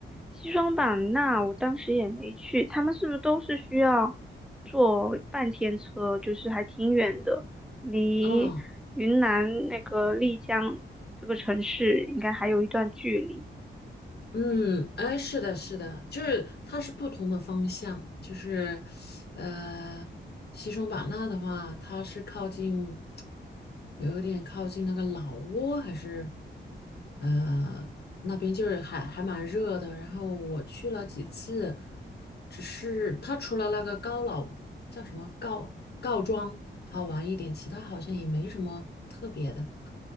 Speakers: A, in the centre; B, on the left (about 55°).
A: 西双版纳我当时也没去，他们是不是都是需要坐半天车，就是还挺远的，离云南那个丽江这个城市应该还有一段距离。
B: 嗯。嗯，哎，是的，是的，就是它是不同的方向，就是，呃，西双版纳的话，它是靠近，有一点靠近那个老挝，还是，呃，那边就是还还蛮热的。然后我去了几次，只是它除了那个高老叫什么告告庄好玩一点，其他好像也没什么特别的。